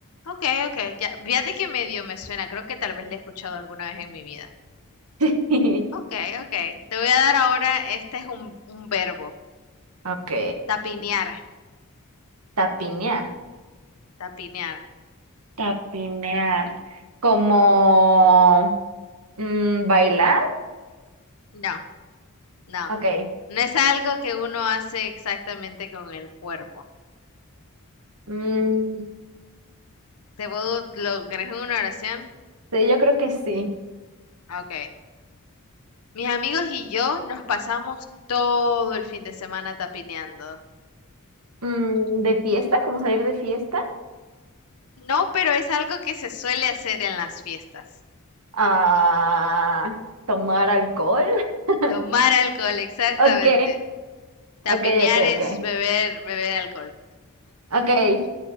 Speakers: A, on the left; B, on the right.
A: Ok, ok, ya, fíjate que medio me suena, creo que tal vez le he escuchado alguna vez en mi vida.
B: <laughs>
A: Ok, ok, te voy a dar ahora, este es un, un verbo,
B: Ok,
A: tapinear,
B: tapinear.
A: tapinear.
B: Tapinear. Como mm, bailar.
A: No, no.
B: Ok.
A: No es algo que uno hace exactamente con el cuerpo.
B: mm,
A: ¿Te puedo lograr en una oración?
B: sí, yo creo que sí.
A: Ah, Ok. Mis amigos y yo nos pasamos todo el fin de semana tapineando.
B: Mm, de fiesta, como salir de fiesta.
A: No, pero es algo que se suele hacer en las fiestas.
B: Ah, tomar alcohol. <laughs>
A: Tomar alcohol, exactamente.
B: Ok,
A: Tapinear
B: ok, ok,
A: es
B: ok.
A: beber, beber alcohol.
B: Ok,